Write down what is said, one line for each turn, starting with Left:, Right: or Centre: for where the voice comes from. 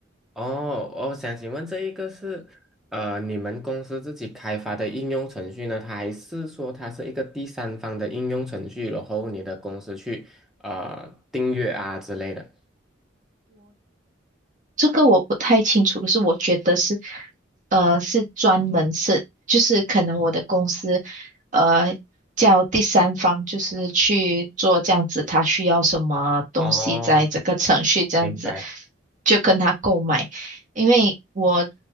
Centre: 哦，我想请问这一个是呃你们公司自己开发的应用程序呢，它还是说它是一个第三方的应用程序，然后你的公司去呃订阅啊之类的？
Right: 这个我不太清楚，可是我觉得是，呃，是专门是，就是可能我的公司，呃，叫第三方，就是去做这样子，他需要什么东西，
Centre: 哦，
Right: 在这个程序这样子，
Centre: 明白。
Right: 就跟他购买。因为我